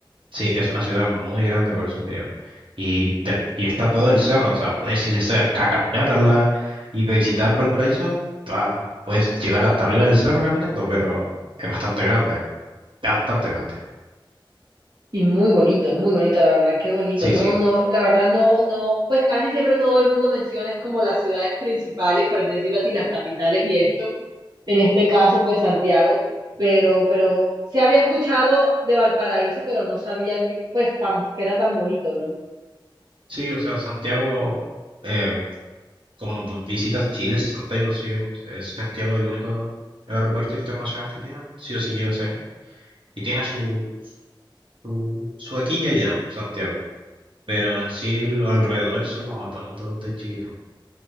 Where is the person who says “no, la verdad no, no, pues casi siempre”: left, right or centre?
Right